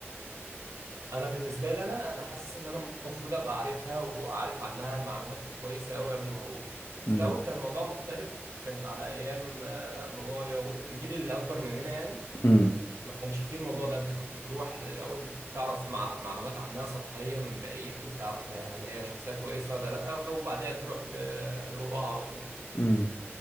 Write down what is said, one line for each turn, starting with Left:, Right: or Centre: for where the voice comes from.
Right: انا بالنسبه لي انا انا حاسس ان انا المفروض ابقى عارفها واعرف عنها معلومات كويسه قوي قبل ما اروح في
Left: امم
Right: الاول كان الموضوع مختلف كان على ايام آه، بابايا والجيل اللي اكبر مننا يعني
Left: امم
Right: ما كانش فيه الموضوع ده انت كنت تروح الاول تعرف مع معلومات عنها سطحيه من بعيد وتعرف هي- هل هي شخصيه كويسه ولا لا وبعدها تروح ل- لباباها على طول
Left: امم